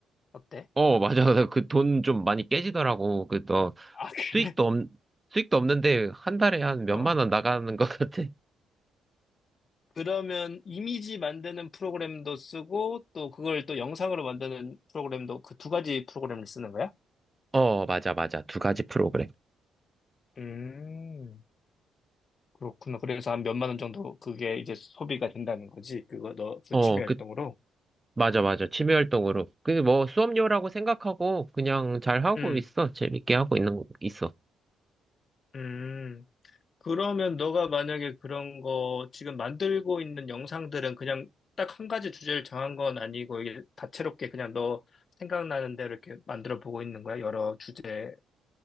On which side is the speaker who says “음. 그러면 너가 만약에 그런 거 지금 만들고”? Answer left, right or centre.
Left